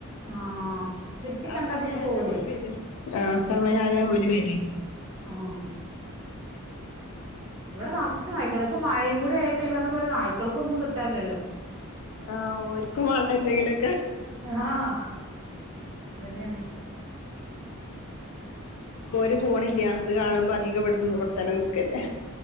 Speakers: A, on the right; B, on the left.
A: ആഹ് കിട്ടി
B: ആഹ്
A: കണ്ടാ
B: സമയായ
A: പിന്നെ പോവൂലേ
B: ഓലി വരും ആ സമയയാ ഓലി വരെ.
A: ആഹ്. വടെ നറച്ചു നായ്ക്കള് പ്പ മഴയും കൂടായപ്പോ ഈ പറഞ്ഞപോലെ നായ്ക്കള്ക്കോന്നും കിട്ടാല്ലല്ലോ.
B: ആഹ് ഒര്ക്കും വാണ്ടേ എന്തെങ്കിലും
A: ആഹ് അതെന്നാണ്.
B: ഇപ്പൊര് പോണില്ല ത് കാണുമ്പോ അധികം ഇവിട്ന്ന് ഇവിടെത്തന്നെ നക്കല്ലേ.